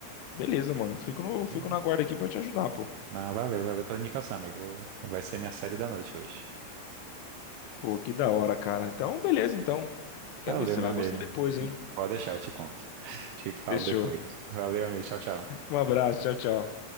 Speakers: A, on the left; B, on the right.
A: Beleza, mano. Fico no,
B: Pô.
A: fico na guarda aqui pra te ajudar, pô.
B: Não, valeu, valeu pela indicação, amigo. Vai ser minha série da noite hoje.
A: Pô, que da hora, cara. Então, beleza, então. Quero
B: Valeu,
A: ver se você
B: meu
A: vai
B: amigo.
A: gostar depois, hein?
B: Pode deixar, eu te conto. <laughs> Te falo
A: Fechou.
B: depois. Valeu, amigo. Tchau, tchau.
A: Um abraço, tchau, tchau.